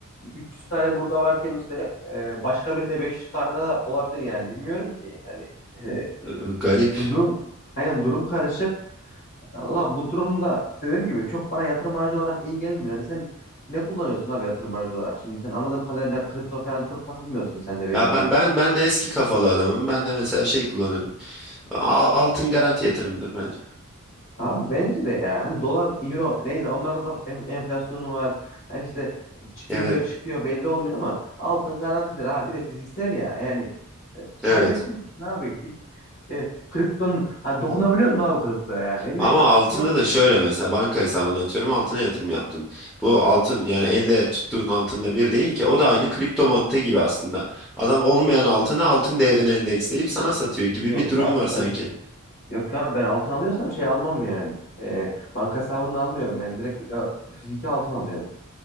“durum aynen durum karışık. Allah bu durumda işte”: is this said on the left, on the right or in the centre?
Left